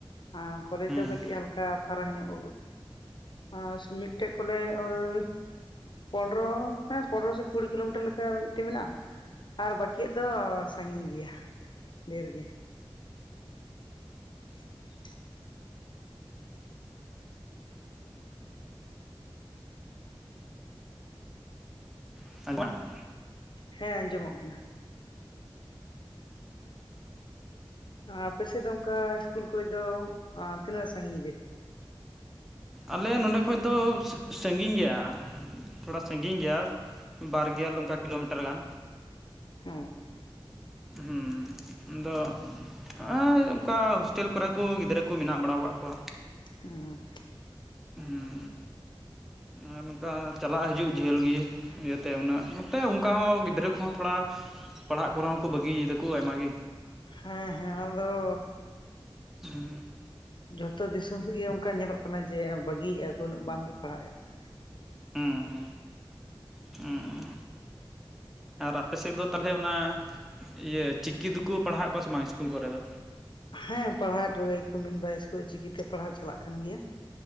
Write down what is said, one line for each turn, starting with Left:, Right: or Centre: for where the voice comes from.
Left: ᱟᱻ ᱠᱚᱞᱮᱡᱽ
Centre: ᱦᱩᱸ
Left: ᱫᱚ ᱠᱟᱹᱴᱤᱡ ᱦᱟᱞᱠᱟ ᱯᱷᱟᱨᱟᱠ ᱧᱚᱜ᱾ ᱟᱨ ᱢᱤᱫᱴᱮᱱ ᱠᱚᱞᱮ ᱳᱭ ᱯᱚᱱᱨᱚ ᱦᱮᱸ ᱯᱚᱱᱨᱚ ᱥᱮ ᱠᱩᱲᱤ ᱠᱤᱞᱳᱢᱤᱴᱟᱨ ᱞᱮᱠᱟ ᱢᱤᱫᱴᱮᱱ ᱢᱮᱱᱟᱜᱼᱟ᱾ ᱟᱨ ᱵᱟᱟᱹᱠᱤᱭᱟᱜ ᱫᱚ ᱥᱟᱹᱜᱤᱧ ᱜᱮᱭᱟ ᱰᱷᱮᱨ ᱜᱮ᱾ <unintelligible>
Centre: <unintelligible>
Left: ᱦᱮᱸ ᱟᱸᱡᱚᱢᱚᱜ ᱠᱟᱱᱟ ᱟᱯᱮᱥᱮᱫ ᱫᱚ ᱚᱱᱠᱟ ᱤᱥᱠᱩᱞ ᱠᱚᱞᱮᱡᱽ ᱫᱚ ᱛᱤᱱᱟᱹᱜ ᱥᱟᱹᱜᱤᱧ ᱨᱮ
Centre: ᱟᱞᱮ ᱱᱚᱸᱰᱮ ᱠᱷᱚᱡ ᱫᱚ ᱥᱟᱹᱜᱤᱧ ᱜᱮᱭᱟ ᱛᱷᱚᱲᱟ ᱥᱟᱹᱸᱜᱤᱧ ᱜᱮᱭᱟ ᱵᱟᱨᱜᱮᱞ ᱚᱱᱠᱟ ᱠᱤᱞᱳᱢᱤᱴᱟᱨ ᱜᱟᱱ᱾
Left: ᱦᱩᱸ
Centre: ᱦᱩᱸ, ᱟᱫᱚ ᱟᱹᱭ ᱚᱠᱟ ᱦᱳᱥᱴᱮᱹᱞ ᱠᱚᱨᱮ ᱠᱚ ᱜᱤᱫᱽᱨᱟᱹ ᱠᱚ ᱢᱮᱱᱟᱜ ᱵᱟᱲᱟᱣ ᱠᱟᱜ ᱠᱚᱣᱟ᱾
Left: ᱦᱩᱸ
Centre: ᱦᱩᱸ ᱟᱨ ᱱᱚᱝᱠᱟ ᱪᱟᱞᱟᱜ ᱦᱤᱡᱩᱜ ᱡᱷᱟᱹᱞ ᱜᱤ ᱤᱭᱟᱹᱛᱮ ᱩᱱᱟᱹᱜ ᱱᱚᱛᱮ ᱚᱱᱠᱟ ᱦᱚᱸ ᱜᱤᱫᱽᱨᱟᱹ ᱠᱚᱦᱚᱸ ᱛᱷᱚᱲᱟ ᱯᱟᱲᱦᱟᱜ ᱠᱚᱨᱮ ᱦᱚᱸ ᱠᱚ ᱵᱟᱹᱜᱤᱭᱮᱫᱟᱠᱚ ᱟᱭᱢᱟ ᱜᱮ᱾
Left: ᱦᱮᱸ ᱦᱮᱸ ᱟᱞᱚ
Centre: ᱦᱩᱸ
Left: ᱡᱚᱛᱚ ᱫᱤᱥᱚᱢ ᱨᱮᱜᱮ ᱚᱝᱠᱟ ᱧᱮᱞᱚᱜ ᱠᱟᱱᱟ ᱡᱮ ᱵᱟᱹᱜᱤᱭᱮᱜᱼᱟ ᱠᱚ ᱩᱱᱟᱹᱜ ᱵᱟᱝᱠᱚ ᱯᱟᱲᱦᱟᱜ ᱮᱫᱟ᱾
Centre: ᱦᱩᱸ ᱦᱩᱸ ᱦᱩᱸ ᱟᱨ ᱟᱯᱮ ᱥᱮᱫ ᱫᱚ ᱛᱟᱦᱞᱮ ᱚᱱᱟ ᱤᱭᱟᱹ ᱪᱤᱠᱤ ᱫᱚᱠᱚ ᱯᱟᱲᱦᱟᱣᱮᱫ ᱠᱚᱣᱟ ᱥᱮ ᱵᱟᱝ ᱤᱥᱠᱩᱞ ᱠᱚᱨᱮ ᱫᱚ?
Left: ᱦᱮᱸ ᱯᱟᱲᱦᱟᱣᱮᱫ ᱠᱚᱜᱮᱭᱟ ᱠᱚ ᱢᱤᱫ ᱵᱟᱨ ᱤᱥᱠᱩᱞ ᱪᱤᱠᱤᱛᱮ ᱯᱟᱲᱦᱟᱣ ᱪᱟᱞᱟᱜ ᱠᱟᱱ ᱜᱮᱭᱟ᱾